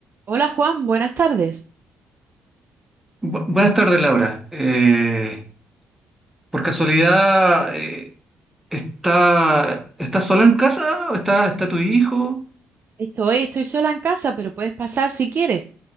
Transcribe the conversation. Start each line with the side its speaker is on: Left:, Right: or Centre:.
Right: Hola Juan, buenas tardes.
Centre: Bu- buenas tardes, Laura. Eh, por casualidad, eh, ¿está, ¿estás sola en casa? ¿O ¿Está, está tu hijo?
Right: Estoy, estoy sola en casa, pero puedes pasar si quieres.